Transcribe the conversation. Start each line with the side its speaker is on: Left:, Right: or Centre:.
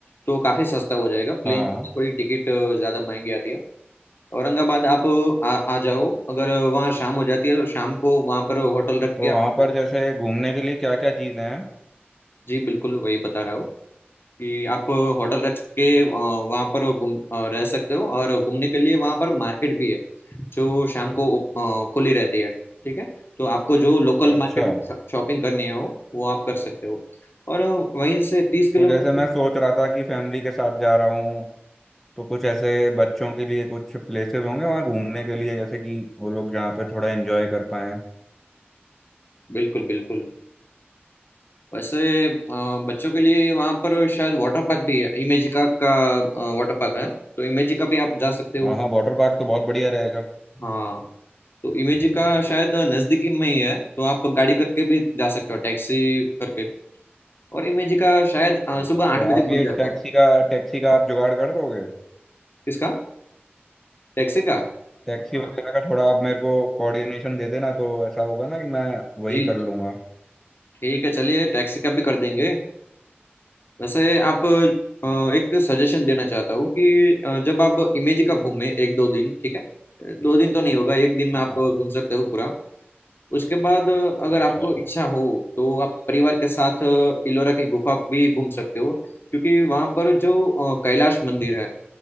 Left: तो काफ़ी सस्ता हो जाएगा प्लेन
Centre: हाँ
Left: की थोड़ी टिकट अ, ज़्यादा महंगी आती है औरंगाबाद आप आ, आ जाओ अगर वहाँ शाम हो जाती है तो शाम को वहाँ पर होटल रख
Centre: तो
Left: के आप
Centre: वहाँ पर जैसे घूमने के लिए क्या क्या चीज़ें हैं
Left: जी बिल्कुल वही बता रहा हूँ कि आप होटल रख के अ, वहाँ पर घूम अ, रह सकते हो और घूमने के लिए वहाँ पर मार्केट भी है जो शाम को ओप- अ, खुली रहती है ठीक है तो आपको जो लोकल
Centre: अच्छा
Left: मार्केट में शॉ- शॉपिंग करनी है वो वो आप कर सकते हो और वहीं से तीस किलोमीटर
Centre: तो जैसे मैं सोच रहा था कि फैमिली के साथ जा रहा हूँ तो कुछ ऐसे बच्चों के लिए कुछ प्लेसेस होंगे वहाँ घूमने के लिए जैसे कि वो लोग जहाँ पे थोड़ा एंजॉय कर पाएं
Left: बिल्कुल बिल्कुल वैसे अ, बच्चों के लिए वहाँ पर शायद वाटर पार्क भी है इमेजिका का वाटर पार्क है तो इमेजिका भी आप जा सकते हो
Centre: हाँ हाँ वाटर पार्क तो बहुत बढ़िया रहेगा
Left: हाँ तो इमेजिका शायद नज़दीकी में ही है तो आप गाड़ी करके भी जा सकते हो टैक्सी करके और इमेज का शायद अ, सुबह
Centre: अच्छा
Left: आठ
Centre: तो
Left: बजे
Centre: आप
Left: खुल
Centre: ये
Left: जाता
Centre: टैक्सी
Left: है
Centre: का टैक्सी का आप जुगाड़ कर दोगे
Left: किसका टैक्सी का
Centre: टैक्सी वगैरह
Left: अ,
Centre: का थोड़ा आप मेरे को कोऑर्डिनेशन दे देना तो ऐसा होगा ना कि मैं वही
Left: जी
Centre: कर
Left: जी
Centre: लूँगा
Left: ठीक है चलिए टैक्सी का भी कर देंगे वैसे आप अ,
Centre: हाँ
Left: एक सजेशन देना चाहता हूँ कि अ, जब आप इमेज का घूमें एक दो दिन ठीक है दो दिन तो नहीं होगा एक दिन में
Centre: हाँ
Left: आप
Centre: हाँ
Left: घूम सकते हो पूरा उसके बाद अ, अगर
Centre: अच्छा
Left: आपको इच्छा हो तो आप परिवार के साथ अ, इलोरा की गुफा भी घूम सकते हो क्योंकि वहां पर जो अ, कैलाश मंदिर है